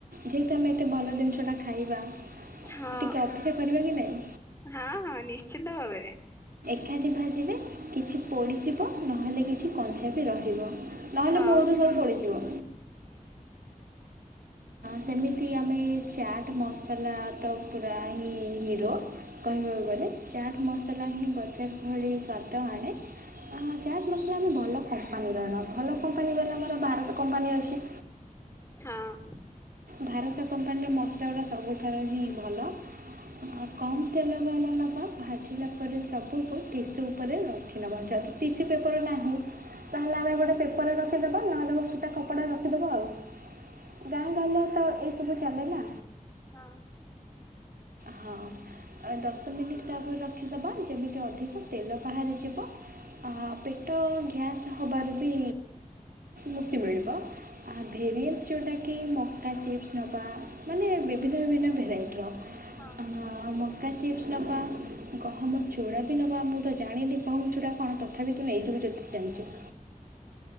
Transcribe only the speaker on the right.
ଯେହେତୁ ଆମେ ଏତେ ଭଲ ଜିନିଷଟା ଖାଇବା
ଟିକିଏ ଅପେକ୍ଷା କରିବା କି ନାଇଁ।
ଏକାଠି ଭାଜିଲେ କିଛି ପୋଡ଼ିଯିବ ନହେଲେ କିଛି କଞ୍ଚା ବି ରହିବ। ନହେଲେ
ମୂଳରୁ ସବୁ ପୋଡିଯିବ। ସେମିତି ଆମେ ଚାଟ୍ ମସଲା ତ ପୁରା ହିଁ ହିରୋ କହିବାକୁ ଗଲେ ଚାଟ୍ ମସଲା ହିଁ ବଜାର ଭଳି ସ୍ଵାଦ ଆଣେ ଆ ଚାଟ୍ ମସଲା ଆମେ ଭଲ କମ୍ପାନୀର ଭଲ କମ୍ପାନୀର ଆମର ଭାରତ କମ୍ପାନୀ ଅଛି।
ଭାରତ କମ୍ପାନୀର ମସଲା ଗୁଡ଼ା ସବୁଠାରୁ ହିଁ ଭଲ। ଆ କମ୍ ତେଲ ବାଲା ନବା ଭାଜିଲା ପରେ ସବୁକୁ ଟିସୁ ଉପରେ ରଖି ନେବା ଯ ତିସୁ ପେପର ନା ତାହେଲେ ଆମେ ଗୋଟେ ପେପରରେ ରଖିଦବା ନହେଲେ ଗୋଟେ ସିଟା କପଡାରେ ରଖିଦବା ଆଉ। ଗାଁ ଗାହରେ ତ ଏଇ ସବୁ ଚାଲେନା।
ହଁ ଦଶ ମିନିଟ୍ ତାପରେ ରଖିଦେବା ଯେମିତି ଅଧିକ ତେଲ ବାହାରିଯିବ। ହଁ ପେଟ ଗ୍ୟାସ୍ ହବାର ବି ମୁକ୍ତି ମିଳିବ, ଆ <unintelligible> ମକା ଚିପ୍ସ ନବା ମାନେ ବିଭିନ୍ନ ବିଭିନ୍ନ ଭେରାଇଟିର
ଆ ମକା ଚିପ୍ସ ନେବା, ଗହମ ଚୁଡ଼ା ବି ନେବା, ମୁଁ ତ ଜାଣିନି ଗହମ ଚୁଡ଼ା କଣ ତଥାପି ତୁ ନେଇଯିବୁ ଯେତିକି ଜାଣିଚି